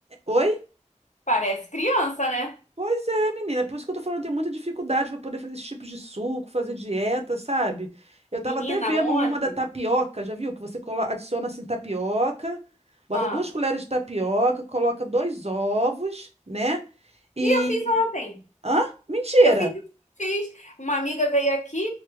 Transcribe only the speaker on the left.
Parece criança, né?
Menina,
ontem.
Ah,
e eu fiz ontem.
Eu fiz, fiz. Uma amiga veio aqui,